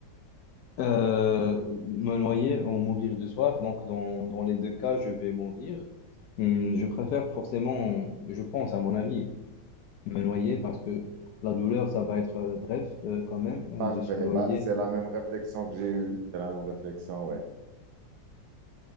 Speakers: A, on the left (about 70°); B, on the right (about 70°).
A: Euh, me noyer ou mourir de soif, donc dans, dans les deux cas, je vais mourir. Hmm, Je préfère forcément, je pense à mon avis, Me noyer parce que la douleur, ça va être euh, bref euh, quand même euh,
B: Parfait.
A: de se noyer.
B: Bah, c'est la même réflexion que j'ai eue. C'est la même réflexion, ouais.